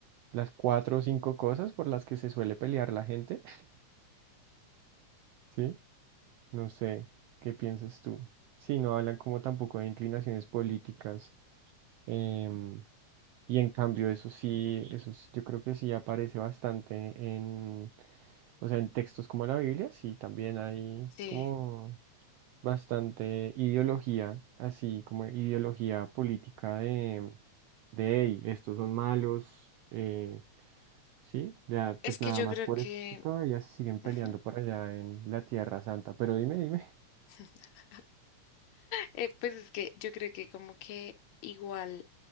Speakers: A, on the right (about 80°); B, on the left (about 75°).
A: las cuatro o cinco cosas por las que se suele pelear la gente, <laughs> ¿sí? No sé, ¿qué piensas tú? Sí, no hablan como tampoco de inclinaciones políticas. em, y en cambio, eso sí, eso sí, yo creo que sí aparece bastante en, o sea, en textos como la Biblia, sí, también hay
B: sí.
A: como bastante ideología, así como ideología política de, de, hey, estos son malos. eh, Sí, ya
B: Es
A: pues
B: que
A: nada
B: yo
A: más
B: creo
A: por
B: que,
A: eso es que todavía se siguen peleando
B: ujú.
A: por allá en la Tierra Santa. Pero dime, dime. <laughs>
B: <laughs> Eh, pues es que yo creo que como que igual,